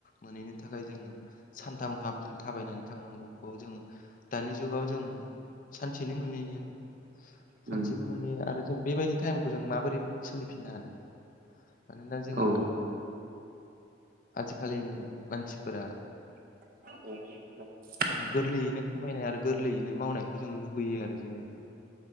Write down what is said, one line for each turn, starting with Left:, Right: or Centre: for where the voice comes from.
Left: मोनहैनो थाखाय जोङो सानथाम गाहाम जों थाबायनानै थांनांगौखौ जोङो दानि जुगाव जों सानसेनो मोनहैयो
Right: उम
Left: सानसेनो मोनहैयो आरो जों बेबायदि टाइमखौ जों माबोरै सोलिफिननो हानो मानोना जोंहा
Right: औ
Left: आजिखालिनि मानसिफोरा
Right: <unintelligible>
Left: गोरलैयैनो खामायनाय आरो गोरलैयैनो मावनायखौ जों लुुबैयो आरो जेनेबा